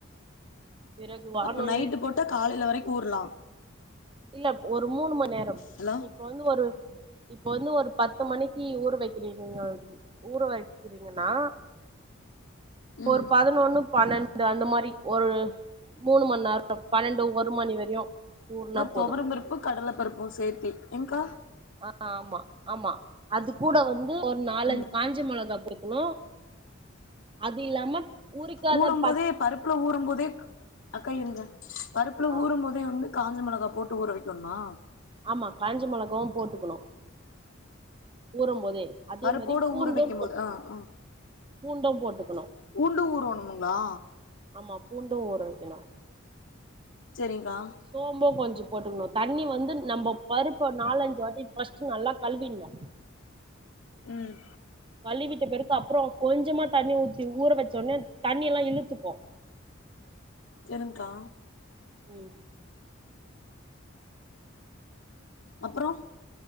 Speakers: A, on the right; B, on the left.
A: பிறகு வானொலி
B: அப்போ நைட்டு போட்டா காலையில வரைக்கு ஊறலா
A: இல்ல ஒரு மூணும நேரோ
B: ஹலோ
A: இப்ப வந்து ஒரு இப்ப வந்து ஒரு பத்து மணிக்கி ஊற வைக்கிறீங்ன்னா ஊற வைக்கிறீங்கன்னா
B: ம்
A: ஒரு பதினொன்னு பன்னெண்ட் டு அந்த மாரி ஒரு மூணு மண் நேரோ பன்னண்டு ஒரு மணி வரையு ஊறனாப்
B: தொவரம் பருப்பு கடல பருப்பு சேத்தி ஏங்க்கா
A: அ ஆமா ஆமா அது கூட வந்து ஒரு நாலஞ்சு
B: ம்
A: காஞ் ச மொளகா சேக்கனு அது இல்லாம ஊரிக்காத
B: ஊறம்போதே
A: பச்
B: பருப்புல ஊறம் போதேக் அக்கா இருங்க பருப்புல
A: ஆ
B: ஊறும்போதே வந்து காஞ்ச மொளகா போட்டு ஊற வெக்கணுமா
A: ஆமா காஞ்ச மொளகாவு போட்டுக்கணு ஊறம் போதே அதே
B: பருப்போட
A: மாரி பூண்டு
B: ஊற வைக்கும்
A: போட்டுக்கணு
B: போது ஆ ஆ
A: பூண்டு போட்டுக்கணு
B: பூண்டு ஊரோணும்முங்ளா
A: ஆமா பூண்டு ஊற வக்கனு
B: செரிங்கா
A: சோம்பு கொஞ்சோ போட்டுக்ணு தண்ணி வந்து நம்ப பருப்ப நாலஞ்சு வாட்டி ஃபர்ஸ்ட் நல்லா கழுவிணு
B: ம்
A: கழுவிட்ட பிறகு அப்றோ கொஞ்சமா தண்ணி ஊத்தி ‌ஊற வச்சோனே தண்ணியல்லா இழுத்துக்கு
B: இருங்க்கா
A: ம்
B: அப்பறோ